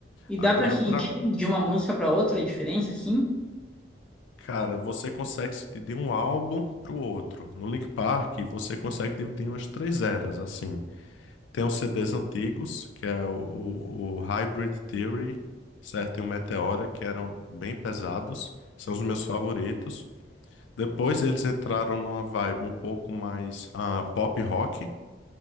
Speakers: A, in the centre; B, on the left (about 80°).
A: E
B: Agora
A: dá pra sentir
B: pra,
A: de uma música pra outra a diferença, assim?
B: cara, você consegue se dividir um álbum pro outro. No Link Park, você consegue dividir em umas três eras assim. Tem os CDs antigos, que é o, o, o Hybrid Theory, certo? E o Meteora, que eram bem pesados. São os meus favoritos. Depois eles entraram numa vibe um pouco mais ah, pop rock.